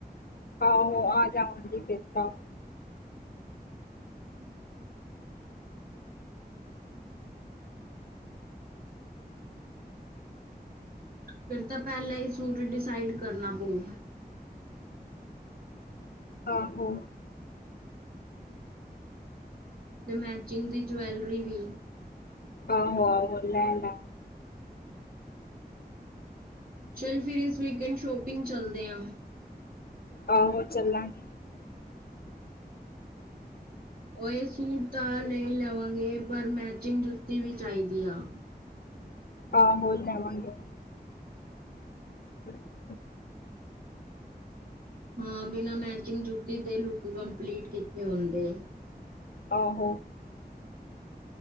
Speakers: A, on the left (about 70°); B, on the right (about 60°).
A: ਆਹੋ, ਆ ਜਾਵਾਂਗੀ ਫੇਰ ਤਾਂ।
B: ਫਿਰ ਤਾ ਪੈਲਾ ਈ ਸੂਟ ਡਿਸਾਈਡ ਕਰਨਾ ਪਊ।
A: ਆਹੋ।
B: ਤੇ ਮੈਚਿੰਗ ਦੀ ਜਵੈਲਰੀ ਵੀ।
A: ਆਹੋੋ ਆਹੋ ਲੈਲਾ
B: ਚੱਲ ਫਿਰ ਇਸ ਵੀਕਐਂਡ ਸ਼ੋਪਿੰਗ ਚੱਲਦੇ ਆਂ।
A: ਆਹੋ ਚੱਲਾਂਗੇ।
B: ਓ ਏ ਸੂਟ ਤਾਂ ਲੈ ਲਵਾਂਗੇ ਪਰ ਮੈਚਿੰਗ ਜੁੱਤੀ ਵੀ ਚਾਈਦੀ ਆ।
A: ਆਹੋ, ਲੈਵਾਂਗੇ। <unintelligible>
B: ਹਾਂ ਬਿਨਾ ਮੈਚਿੰਗ ਜੁੱਤੀ ਦੇ ਲੁੱਕ ਕੰਪਲੀਟ ਕਿੱਥੇ ਹੁੰਦੇ।
A: ਆਹੋ।